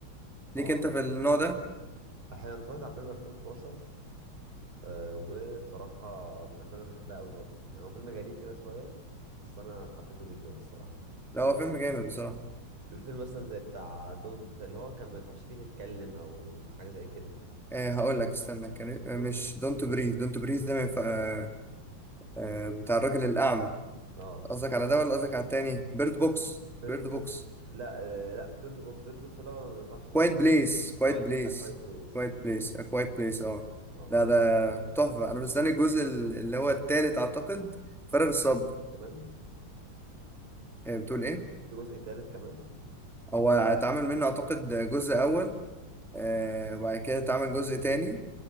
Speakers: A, in the centre; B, on the right.
A: ليك
B: اه
A: انت في النوع ده
B: احيانا انا اتفرجت على فيلم 2012 آه وبصراحه من الافلام اللي بحبها قوي برضه يعني هو فيلم غريب كده شويه بس انا حبيته جدا الصراحه
A: لا
B: وبرضه
A: هو فيلم جامد بصراحة
B: فيلم مثلا زي بتاع دونت اللي هو كان ما ينفعش فيه تتكلم او حاجه زي كده
A: أه هقول لك استنى كان إيه؟ آه،
B: Don't-
A: مش دونت بريز دونت بريز ده من ف... أه آه، بتاع الراجل الأعمى
B: اه
A: قصدك على ده ولا قصدك على التاني بيرد بوكس
B: بيرد
A: بيرد بوكس
B: بوكس لا آه لا مش بيرد بوكس بيرد بوكس اللي هو ما ينفعش
A: كوايت
B: تفت
A: بليس كوايت
B: فايت
A: بليس
B: فايت بليس
A: كوايت بليس كوايت بليس اه
B: اه
A: لا
B: هو
A: ده تحفة أنا مستني الجزء ال- اللي هو التالت أعتقد فارغ
B: في
A: الصبر
B: كمان
A: آه، بتقول إيه؟
B: في جزء تالت كمان
A: هو اتعمل منه أعتقد جزء أول آه، وبعد كده اتعمل جزء تاني